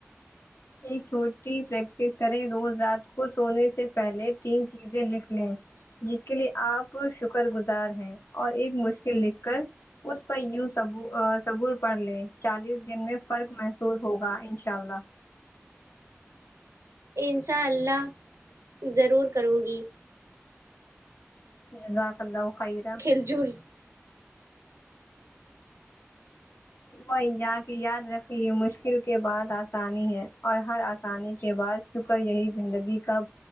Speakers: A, on the left; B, on the right.
A: ایک چھوٹی پریکٹس کریں روز رات کو سونے سے پہلے تین چیزیں لکھ لیں جس کے لیے آپ شکر گزار ہیں اور ایک مشکل لکھ کر اس پر یو صبور پڑھ لیں چالیس دن میں فرق محسوس ہوگا انشاء اللہ
B: ان شاء اللہ ضرور کروں گی
A: جزاک اللہ خیرہ
B: <unintelligible>
A: وہی یاد رکھیے مشکل کے بعد آسانی ہے اور ہر آسانی کے بعد شک پر یہی زندگی کا